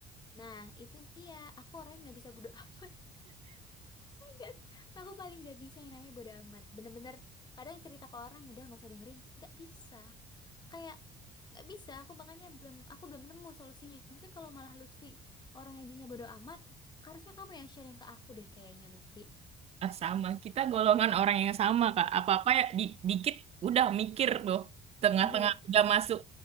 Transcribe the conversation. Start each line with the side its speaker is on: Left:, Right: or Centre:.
Left: Nah, itu dia. Aku orangnya nggak bisa bodo <laughs> Kan, aku paling gak bisa yang namanya bodo amat. Bener-bener kadang cerita ke orang udah nggak usah dengerin. Gak bisa. Kayak nggak bisa. Aku makanya belum aku belum nemu solusinya. Mungkin kalau malah Lutfi orang yang bisa bodo amat, harusnya kamu yang sharing ke aku deh kayaknya Lutfi.
Right: Ah, sama, kita golongan orang yang sama Kak. Apa-apa ya di- dikit udah mikir tuh. Tengah-tengah
Left: Bener.
Right: udah masuk